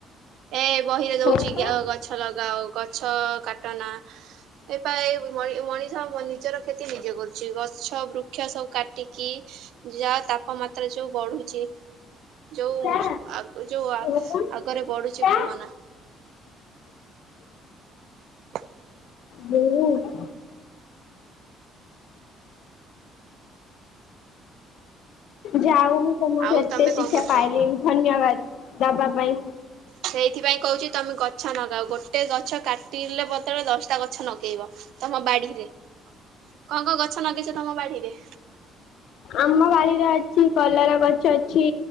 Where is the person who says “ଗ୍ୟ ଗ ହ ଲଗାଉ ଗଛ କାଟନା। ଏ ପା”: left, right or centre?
Right